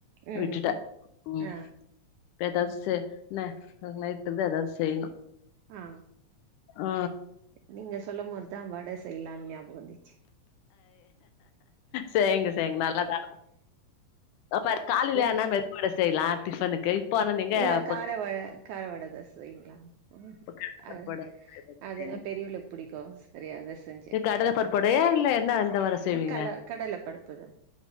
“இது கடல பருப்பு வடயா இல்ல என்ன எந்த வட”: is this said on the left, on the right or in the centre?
Left